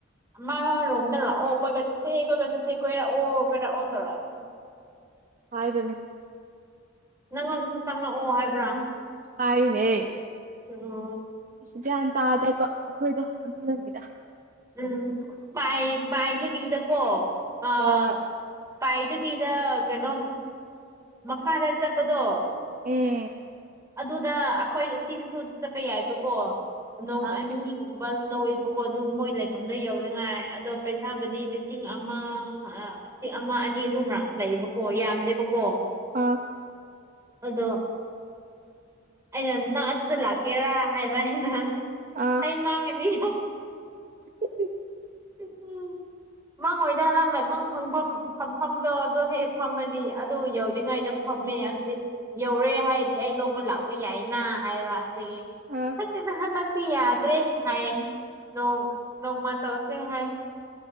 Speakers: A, on the right; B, on the right.
A: ꯃꯥ ꯔꯣꯝꯗꯅ ꯂꯥꯛ ꯑꯣ ꯀꯣꯏꯁꯦꯦ ꯀꯣꯏꯁꯦ ꯀꯣꯏꯔꯥ ꯑꯣ ꯀꯣꯏꯔꯥ ꯑꯣ ꯇꯧꯔꯛꯑ
B: ꯍꯥꯏꯕꯅꯦ
A: ꯅꯪꯉꯣꯟꯗꯁꯨ ꯆꯪꯂꯛꯑꯣ ꯍꯥꯏꯕ꯭ꯔꯥ
B: ꯍꯥꯏꯔꯤꯅꯦ
A: ꯑꯣ
B: ꯑꯁ ꯒ꯭ꯌꯥꯟ ꯇꯥꯗꯕ ꯑꯩꯈꯣꯏꯗꯣ ꯑꯗꯨꯅꯅꯤꯗ
A: ꯎꯝ ꯄꯥꯏ ꯄꯥꯏꯗꯕꯤꯗꯀꯣ ꯑ
B: ꯍꯣꯏ
A: ꯄꯥꯏꯗꯕꯤꯗ ꯀꯩꯅꯣꯝ ꯃꯈꯥꯗ ꯆꯠꯄꯗꯣ
B: ꯎꯝ
A: ꯑꯗꯨꯗ ꯑꯩꯈꯣꯏ ꯁꯤꯅꯁꯨ ꯆꯠꯄ ꯌꯥꯏꯕꯀꯣ ꯅꯣꯡ
B: ꯑꯥ
A: ꯑꯅꯤ ꯂꯧꯋꯕꯀꯣ ꯑꯗꯨ ꯃꯣꯏ ꯂꯩꯐꯝꯗꯣ ꯌꯧꯅꯤꯡꯉꯥꯏ ꯑꯗꯣ ꯄꯩꯁꯥꯕꯨꯗꯤ ꯂꯤꯁꯤꯡ ꯑꯃ ꯁꯤ ꯑꯃ ꯑꯅꯤ ꯑꯗꯨꯃꯛ ꯂꯩꯌꯦꯕꯀꯣ ꯌꯥꯝꯗꯦꯕꯀꯣ
B: ꯑꯥ
A: ꯑꯗꯣ ꯑꯩꯅ ꯅꯪ ꯑꯗꯨꯗ ꯂꯥꯛꯀꯦꯔꯥ ꯍꯥꯏꯕ ꯑꯩꯅ
B: ꯑ
A: ꯑꯩ ꯃꯥꯡꯒꯅꯤ
B: <unintelligible>
A: ꯎ ꯃꯡꯉꯣꯏꯗꯥ ꯅꯥꯟꯂꯥꯏ ꯃꯥꯡꯊ ꯐꯪꯐꯝ ꯐꯝꯐꯝꯗꯣ ꯑꯗꯨꯣ ꯍꯦꯛ ꯐꯝꯃꯗꯤ ꯑꯗꯨ ꯌꯧꯗ꯭ꯔꯤꯉꯩꯗ ꯐꯝꯃꯦ ꯑꯗꯨꯗꯤ ꯌꯧꯔꯦ ꯍꯥꯏꯔꯗꯤ ꯑꯩ ꯂꯧꯕ ꯂꯥꯛꯄ ꯌꯥꯏꯅ ꯍꯥꯏꯕ ꯑꯗꯒꯤ
B: ꯑꯥ
A: ꯈꯪꯗꯦ ꯅ ꯍꯟꯗ ꯌꯥꯗ꯭ꯔꯦ ꯍꯥꯏꯌꯦ ꯅꯣꯡ ꯅꯣꯡꯃ ꯇꯧꯁꯦ ꯍꯥꯏ